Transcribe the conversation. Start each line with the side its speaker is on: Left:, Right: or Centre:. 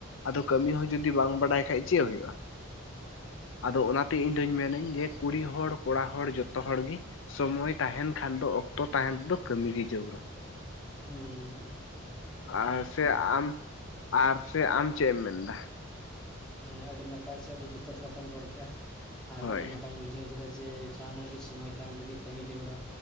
Left: ᱟᱫᱚ ᱠᱟᱹᱢᱤ ᱦᱚᱸ ᱡᱩᱫᱤ ᱵᱟᱝ ᱵᱟᱲᱟᱭ ᱠᱷᱟᱡ ᱪᱮᱫ ᱦᱩᱭᱩᱜᱼᱟ ᱟᱫᱚ ᱚᱱᱟᱛᱮ ᱤᱧ ᱫᱩᱧ ᱢᱮᱱᱟᱹᱧ ᱡᱮ ᱠᱩᱲᱤ ᱦᱚᱲ ᱠᱚᱲᱟ ᱦᱚᱲ ᱡᱚᱛᱚ ᱦᱚᱲ ᱜᱮ ᱥᱚᱢᱚᱭ ᱛᱟᱦᱮᱱ ᱠᱷᱟᱱ ᱫᱚ ᱚᱠᱛᱚ ᱛᱟᱦᱮᱱ ᱛᱮᱫᱚ ᱠᱟᱹᱢᱤ ᱜᱮ ᱡᱟᱹᱨᱩᱲᱟ।
Centre: ᱦᱩᱸᱻ
Left: ᱟᱨ ᱥᱮ ᱟᱢ ᱟᱨ ᱥᱮ ᱟᱢ ᱪᱮᱫ ᱮᱢ ᱢᱮᱱᱫᱟ?
Centre: ᱦᱮᱸ ᱟᱹᱰᱤ ᱱᱟᱯᱟᱭ ᱥᱮ ᱟᱹᱰᱤ ᱡᱚᱛᱷᱟᱹᱛ ᱠᱟᱛᱷᱟᱢ ᱨᱚᱲ ᱠᱮᱫᱼᱟ ᱟᱨ
Left: ᱦᱳᱭ
Centre: ᱟᱹᱰᱤ ᱱᱟᱯᱟᱭᱤᱧ ᱵᱩᱡ ᱵᱩᱡᱷᱟᱹᱣ ᱠᱮᱫᱟ ᱡᱮ ᱡᱟᱦᱟᱱᱟᱜ ᱜᱮ ᱥᱚᱢᱚᱭ ᱛᱟᱦᱮᱱ ᱨᱮᱜᱮ ᱠᱟᱹᱢᱤ ᱡᱟᱹᱨᱩᱲᱟ